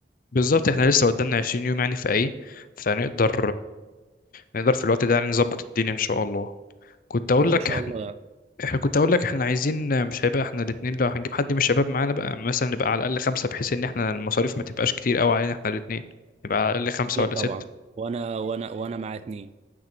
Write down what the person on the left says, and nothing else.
بالظبط احنا لسه قدامنا 20 يوم يعني في ايه فنقدر نقدر في الوقت ده يعني نظبط الدنيا ان شاء الله كنت اقول
لك
احنا كنت اقول لك احنا عايزين مش هيبقى احنا الاتنين لو هنجيب حد من الشباب معانا بقى مثلا نبقى على الاقل خمسة بحيث ان احنا المصاريف ما تبقاش كتير قوي علينا احنا الاتنين نبقى على الاقل خمسة
ولا
ستة